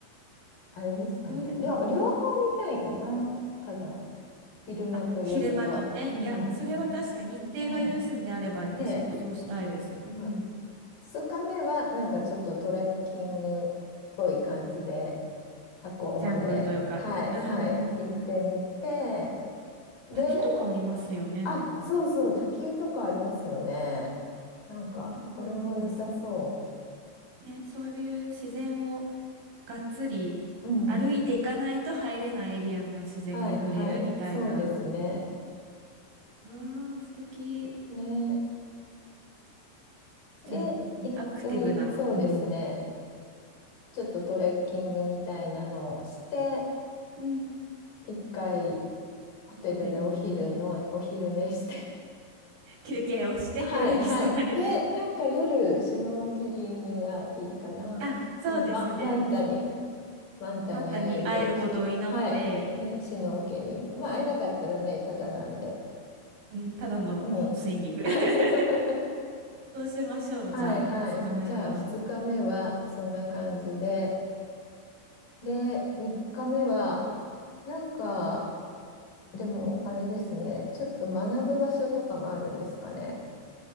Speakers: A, on the left; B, on the right.
A: あれですかね。
B: 夜、
A: 両、両方見たいかな。火山。昼間と夜と。
B: あ、昼間とね。
A: うん、
B: いや、
A: うん、
B: それは確かに日程が許すんであれば私もそうしたいです。
A: うん。で、
B: うん。
A: はい、2日目はなんかちょっとトレッキングっぽい感じで、火口まで、
B: ジャングルというか。
A: はい、
B: うんうん
A: はい、行ってみて、で、
B: 滝とかありますよね、
A: あ、
B: なんか。
A: そうそう、滝とかありますよね。なんか、
B: レインボーフォールズ。
A: これも良さそ
B: ね、そういう自然をがっつり
A: う。うん。
B: 歩いていかないと入れないエリアの自然に触れるみたいな。
A: はい、はい、そうですね。
B: うわー、素敵。
A: ね。で、
B: じゃあ、にアクティブな、
A: 一回、そうですね。
B: うん。
A: ちょっとトレッキングみたいなのをして、
B: うん。
A: 一回ホテルでお昼の、
B: ホテルに戻り、
A: お昼寝して。
B: 休憩をして
A: <laughs> はいはい。
B: <laughs> 夜に備えて。
A: で、なんか夜、シュノーケリングがいいかな。
B: あ、そうですね。
A: そのママンタに、
B: うんうん。
A: マンタに会える。
B: マンタに会えることを祈って、
A: はい。ね、シュノーケリング。まあ、会えなかったらね、ただなんで。
B: うん、ただのスイミング
A: うん。<laughs>
B: <laughs> そうしましょう。
A: はいはい。
B: じゃあ、2日目は。
A: じゃあ、2日目はそんな感じで。で、3日目は、なんか、でも、あれですね。ちょっと学ぶ場所とかもあるんですかね。